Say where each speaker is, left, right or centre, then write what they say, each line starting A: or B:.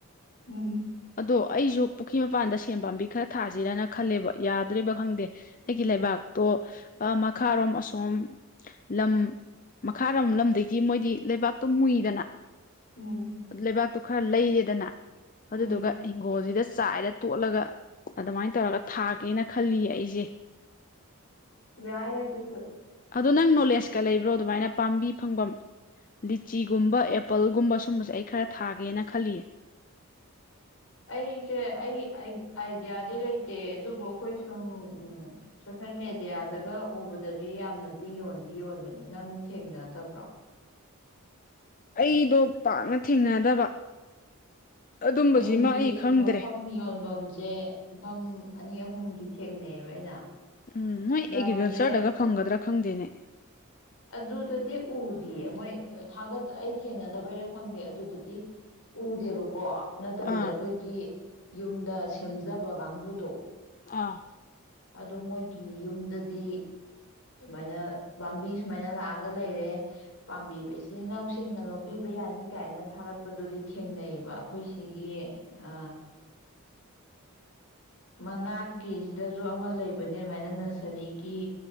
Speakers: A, on the left; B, on the left.
A: ꯎꯝ
B: ꯑꯗꯣ ꯑꯩꯁꯨ ꯄꯨꯈ꯭ꯔꯤ ꯃꯄꯥꯟꯗ ꯁꯦꯝ ꯄꯥꯝꯕꯤ ꯈꯔ ꯊꯥꯁꯤꯔꯅ ꯈꯜꯂꯦꯕ ꯌꯥꯗ꯭ꯔꯦꯕ ꯈꯪꯗꯦ ꯑꯩꯒꯤ ꯂꯩꯕꯥꯛꯇꯣ ꯃꯈꯥꯔꯣꯝ ꯑꯁꯣꯝ ꯂꯝ ꯃꯈꯥꯔꯣꯝ ꯂꯝꯗꯒꯤ ꯃꯣꯏꯗꯤ ꯂꯩꯕꯥꯛꯇꯣ ꯃꯨꯏꯗꯅ
A: ꯎꯝ
B: ꯂꯩꯕꯥꯛꯇꯨ ꯈꯔ ꯂꯩꯌꯦꯦꯗꯅ
A: ꯎꯝ
B: ꯑꯗꯨꯗꯨꯒ ꯣꯜꯁꯤꯗ ꯆꯥꯏꯔ ꯇꯣꯠꯂꯒ ꯑꯗꯨꯃꯥꯏꯅ ꯇꯧꯔꯒ ꯊꯥꯒꯦꯅ ꯈꯜꯂꯤꯌꯦ ꯑꯩꯁꯦ
A: ꯌꯥꯏ ꯑꯗꯨꯁꯨ
B: ꯑꯗꯣ ꯅꯪ ꯅꯣꯂꯦꯖꯀ ꯂꯩꯕ꯭ꯔꯣ ꯑꯗꯨꯃꯥꯏꯅ ꯄꯥꯝꯕꯤ ꯐꯪꯐꯝ ꯂꯤꯆꯤꯒꯨꯝꯕ ꯑꯦꯄꯜꯒꯨꯝꯕ ꯁꯨꯝꯕꯁꯦ ꯑꯩ ꯈꯔ ꯊꯥꯒꯦꯅ ꯈꯜꯂꯤꯌꯦ
A: ꯑꯩꯁꯦ ꯑꯩ ꯑꯥꯏꯗꯤꯌꯥꯗꯤ ꯂꯩꯇꯦ ꯑꯗꯨꯕꯨ ꯑꯩꯈꯣꯏ ꯁꯨꯝ ꯎ ꯁꯣꯁꯦꯜ ꯃꯦꯗꯤꯌꯥꯗꯒ ꯎꯕꯗꯗꯤ ꯌꯥꯝꯅꯗꯤ ꯌꯣꯟꯗꯤ ꯌꯣꯟꯕꯅꯦ ꯅꯪ ꯊꯦꯡꯅꯗꯕ꯭ꯔꯣ
B: ꯑꯩꯗꯣ ꯄꯥꯛꯅ ꯊꯦꯡꯅꯗꯕ ꯑꯗꯨꯝꯕꯁꯤꯃ
A: ꯃꯣꯏꯒꯤ
B: ꯑꯩ ꯈꯪꯗ꯭ꯔꯦ
A: ꯃꯐꯝ ꯌꯣꯟꯐꯝꯁꯦ ꯃꯐꯝ ꯑꯅꯤ ꯑꯍꯨꯝ ꯑꯍꯨꯝꯗꯤ ꯊꯦꯡꯅꯩꯑꯕ ꯑꯩꯅ
B: ꯎꯝ ꯅꯣꯏ
A: ꯂꯝꯁꯦ
B: ꯑꯦꯒ꯭ꯔꯤꯀꯜꯆꯔꯗꯒ ꯐꯪꯒꯗ꯭ꯔꯥ ꯈꯪꯗꯦꯅꯦ
A: ꯑꯗꯨꯗꯗꯤ ꯎꯗꯤꯌꯦ ꯃꯣꯏ ꯊꯥꯒꯠ ꯑꯩ ꯊꯦꯡꯅꯗꯕꯩꯔꯥ ꯈꯪꯗꯦ ꯑꯗꯨꯗꯗꯤ ꯎꯗꯦꯕꯀꯣ ꯅꯠꯇꯕꯤꯗ
B: ꯑꯥ
A: ꯑꯩꯈꯣꯏꯒꯤ ꯌꯨꯝꯗ ꯁꯦꯝꯖꯕ ꯀꯥꯡꯕꯨꯗꯣ
B: ꯑꯥ
A: ꯑꯗꯨ ꯃꯣꯏꯒꯤ ꯌꯨꯝꯗꯗꯤ ꯑꯗꯨꯃꯥꯏꯅ ꯄꯥꯝꯕꯤ ꯁꯨꯃꯥꯏꯅ ꯂꯥꯛꯑꯒ ꯂꯩꯔꯦ ꯄꯥꯝꯕꯤ ꯏꯆꯤꯜ ꯏꯅꯥꯎꯁꯤꯡꯅ ꯂꯧꯕꯤꯕ ꯌꯥꯅꯤ ꯀꯥꯏꯅ ꯊꯥꯒꯠꯄꯗꯨꯗꯤ ꯊꯦꯡꯅꯩꯑꯕ ꯑꯩꯈꯣꯏ ꯁꯤꯒꯤ ꯑ ꯃꯅꯥꯛꯀꯤꯁꯤꯗꯁꯨ ꯑꯃ ꯂꯩꯕꯅꯦ ꯑꯗꯨꯃꯥꯏꯅ ꯅꯁꯔꯤꯒꯤ